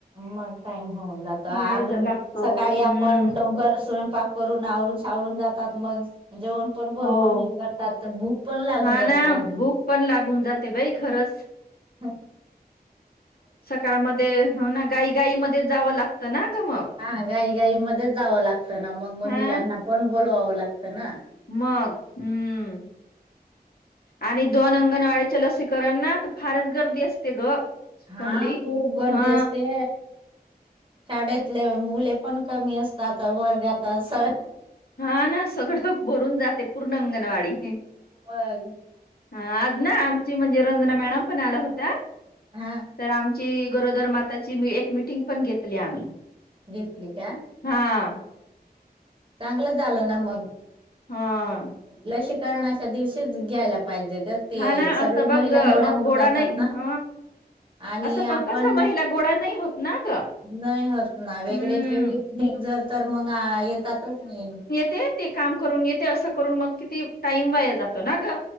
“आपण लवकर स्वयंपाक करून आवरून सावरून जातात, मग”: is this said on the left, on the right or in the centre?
Right